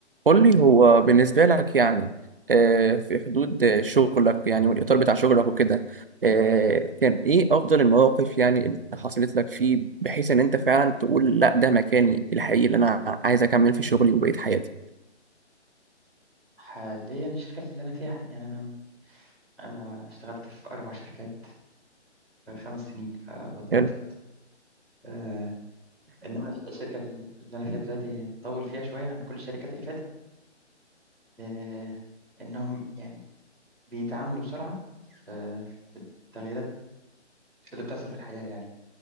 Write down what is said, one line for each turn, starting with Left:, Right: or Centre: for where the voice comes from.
Right: قول لي هو بالنسبة لك يعني آه، في حدود آه، شغلك يعني والإطار بتاع شغلك وكده آه، كان إيه أفضل المواقف يعني اللي حصلت لك فيه بحيث إن أنت فعلا تقول لا ده مكاني الحقيقي اللي أنا عايز أكمل في شغلي وبقية حياتي
Centre: حاليا الشركة اللي أنا فيها يعني أنا أنا اشتغلت في أربع شركات في خمس سنين فبتنطط
Right: حلو
Centre: آه إنما الشركة اللي أنا فيها دلوقتي مطول فيها شوية عن كل الشركات اللي فاتت آه إنهم يعني بيتعاملوا بسرعة في, في التغييرات اللي بتحصل في الحياة يعني